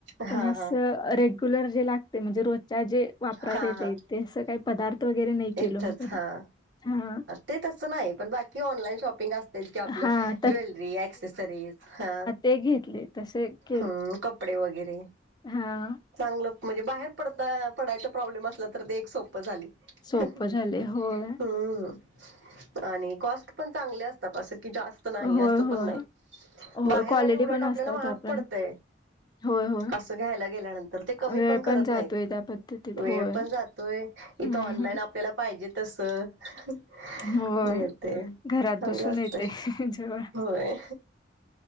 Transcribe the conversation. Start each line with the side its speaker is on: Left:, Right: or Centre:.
Right: हा
Left: पण असं
Right: हा
Left: रेग्युलर जे लागते म्हणजे रोजच्या जे वापरात
Right: हा
Left: येते
Right: हा
Left: ते असं काही पदार्थ वगैरे नाही केलो
Right: इथंच
Left: मी कधी
Right: हा.
Left: हा
Right: ते तसं नाही पण बाकी ऑनलाईन शॉपिंग असत आपलं
Left: हा
Right: ज्वेलरी एक्सेसरीज हा
Left: घ त
Right: हम्म कपडे वगैरे
Left: हा.
Right: चांगलं म्हणजे बाहेर पडता पडायचा प्रॉब्लेम असला तर ते एक सोप झाली
Left: सोपं
Right: हम्म
Left: झाले होय
Right: आणि कॉस्ट पण चांगले अस की जास्त नाही
Left: होय
Right: असं
Left: होय
Right: पण नाही
Left: होय
Right: बाहेर
Left: क्वालिटी
Right: आणि उलट
Left: पण
Right: आपल्याला
Left: असतात
Right: महाग
Left: आपण
Right: पडतय
Left: होय होय
Right: असं घ्यायला गेल्यानंतर ते कमी
Left: वेळ
Right: पण करत
Left: जातोय
Right: नाहीत
Left: त्या पद्धतीत
Right: वेळ
Left: होय.
Right: पण जात तो इथं
Left: हम्म
Right: ऑनलाईन
Left: हम्म
Right: आपल्याला पाहिजे तस मग
Left: होय.
Right: येते
Left: घरात
Right: चांगलं
Left: बसून
Right: असत
Left: येते जेवण.
Right: होय